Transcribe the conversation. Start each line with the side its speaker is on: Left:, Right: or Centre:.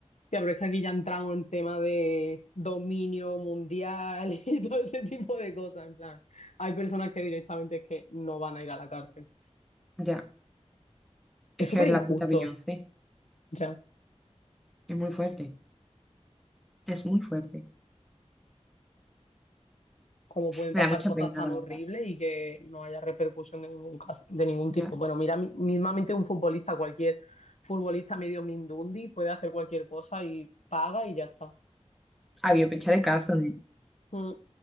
Left: Tía, pero es que aquí ya entramos en tema de dominio mundial <laughs> y todo ese tipo de cosas, en plan. Hay personas que directamente es que no van a ir a la cárcel.
Centre: Ya. Es
Left: Es súper
Centre: que es
Left: injusto.
Centre: la puta Beyoncé.
Left: ya.
Centre: Es muy fuerte. Es muy fuerte.
Left: cómo pueden
Centre: Me
Left: pasar
Centre: da mucha
Left: cosas
Centre: pena,
Left: tan
Centre: la
Left: horribles
Centre: verdad.
Left: y que no haya repercusión de ningún caso- de ningún tipo.
Centre: Ya.
Left: Bueno, mira, mi- mismamente un futbolista, cualquier futbolista medio mindundi puede hacer cualquier cosa y paga y ya está.
Centre: Había pecha de casos, ¿eh?
Left: Mm.